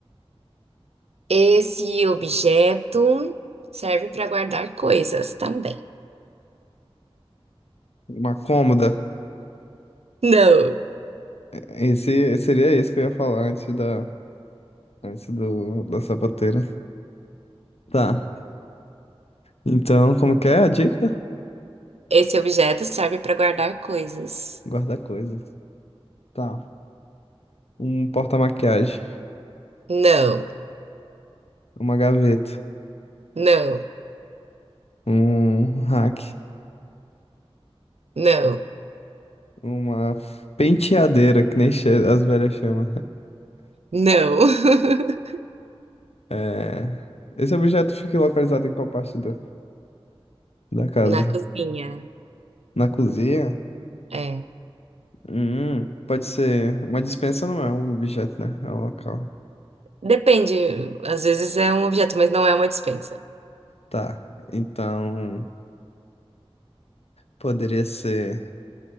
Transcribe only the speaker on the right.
esse objeto serve para guardar coisas também.
Não,
esse objeto serve para guardar coisas.
Não,
não,
não,
não. <laughs>
Na cozinha,
é.
Depende, às vezes é um objeto, mas não é uma dispensa.